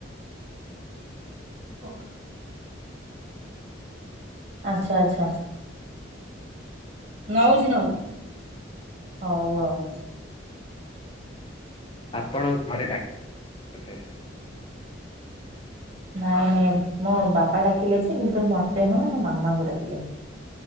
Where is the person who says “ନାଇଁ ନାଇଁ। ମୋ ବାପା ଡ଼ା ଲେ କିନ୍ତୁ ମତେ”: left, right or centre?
Right